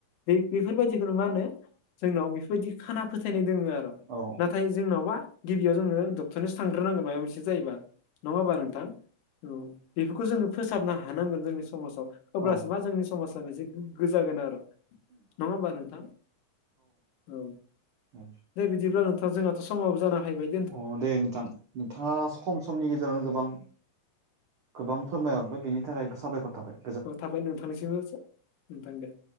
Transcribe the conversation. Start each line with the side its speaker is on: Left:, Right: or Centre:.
Left: बे बेफोरबायदिखौनो मा होनो जोंनाव बेफोरबायदि खाना फोथायनाय दोङो आरो
Right: औ
Left: नाथाय जोंनावबा गिबियाव जोङो डक्टरनियावसो थांग्रोनांगोन माबा मोनसे जायोबा नङा होमबा नोंथां? औ बेफोरखौ जोङो फोसाबनो हानांगोन जोंनि समाजाव अब्लासो
Right: औ
Left: मा जोंनि समाज से गोग्गो जागोन आरो । नङा होमबा नोंथां औ ।
Right: औ
Left: दे बिदिब्ला नोंथां जोंहाथ' समाबो जानो हैबाय ।
Right: अ दे नोंथां नोंथाङा खम समनि गेजेरावनो गोबां गोबां फोरमायहरबाय बेनि थाखाय साबायखर थाबाय ।
Left: अ थाबाय नोंथांनिसिमबो नोंथां दे